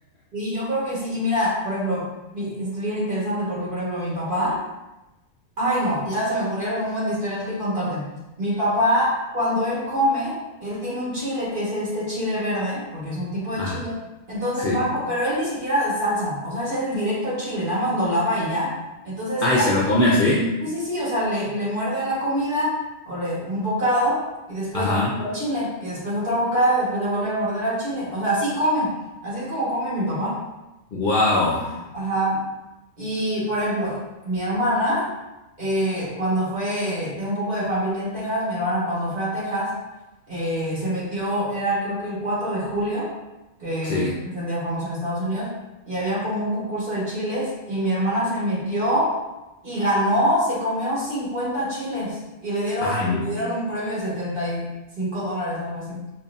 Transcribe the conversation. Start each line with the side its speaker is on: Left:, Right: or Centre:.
Right: Y yo creo que sí, y mira, por ejemplo, mi- es bien interesante porque, por ejemplo, mi papá... Ay, no, ya se me ocurrieron un buen de historias que contarte. Mi papá, cuando él come, él tiene un chile que es este chile verde, porque es un tipo de
Left: Ah,
Right: chile. Entonces
Left: sí.
Right: va, co- pero él ni siquiera de salsa, o sea, ese es el directo chile, nada más lo lava y ya. Entonces,
Left: Ay,
Right: cada
Left: ¿se lo
Right: vez
Left: come
Right: que-
Left: así?
Right: sí, sí, sí, o sea, le, le muerde a la comida o le un bocado y después
Left: Ajá.
Right: le muerde al chile y después otro bocado y después le vuelve a morder al chile. O sea, así come, así es como come mi papá.
Left: Wow.
Right: Ajá. Y por ejemplo, mi hermana, eh, cuando fue, tengo un poco de familia en Texas, mi hermana cuando fue a Texas, eh, se metió, era creo que el 4 de julio, que
Left: Sí.
Right: es el día famoso en Estados Unidos, y había como un concurso de chiles, y mi hermana se metió y ganó, se comió 50 chiles, y le dieron,
Left: Ay, me-
Right: le dieron un premio de 75 dólares, algo así